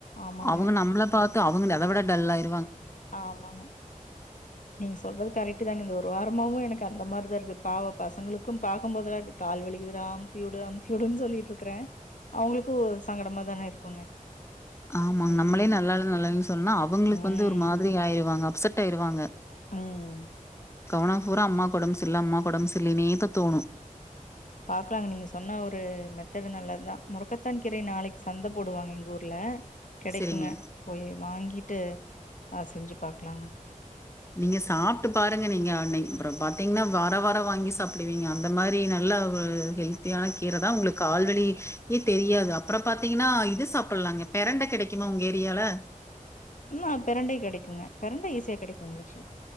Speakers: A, on the left; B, on the left.
A: ஆமாங்க
B: அவுங்க நம்மள பாத்து அவுங்க னத விட டல்லா ஆய்
A: ஆமாங்க நீங்க சொல்றது கரெக்ட் தாங்க இந்த ஒரு வாரமாவு எனக்கு அந்த மாரிதா இருக்கு பாவொ பசங்களுக்கும் பாக்கும்போதல்லா கால் வலிகிதுடா அமுத்தி விடு அமுத்தி விடுன்னு சொல்லிட்டு இருக்குறே அவுங்களுக்கு சங்கடமா தான இருக்குங்க
B: ஆமாங்க
A: ம்
B: நம்மளே நல்லால்ல நல்லால்லனு சொன்னா அவங்களுக்கு
A: ம்
B: வந்து ஒரு மாதிரி ஆய்ருவாங்க அப்சட் ஆய்ருவாங்க
A: ம்
B: கவனம் பூரா அம்மாக்கு ஒடம்பு சரில்ல அம்மாக்கு ஒடம்பு சரில்லனே இப்ப தோனு
A: பாக்கலாங்க நீங்க சொன்ன ஒரு மெத்தடு நல்லத்தா முடக்கத்தான் கீரை நாளக்கி சந்த போடுவாங்க எங்க ஊர்ல கெடைக்குங்க
B: செரிங்க
A: போய் வாங்கீட்டு அ செஞ்சு பாக்கலாங்க
B: நீங்க சாப்ட்டு பாருங்க நீங்க அன்னைக் அப்பறோ பாத்தீங்கன்னா வாரோ வாரோ வாங்கி சாப்டுவீங்க அந்த மாரி நல் நல்ல ஒரு ஹெல்த்தியான கீர தா ஒங்களுக்கு ஆல்ரெடி எ தெரியாது அப்பறோ பாத்தீங்கன்னா இது சாப்பல் அங்க பெரண்ட கெடைக்குமா ஒங்க ஏரியால
A: ம் பெரண்டை கெடைக்குங்க பெரண்டை ஈஸியா கெடைக்குங்ளே ஷ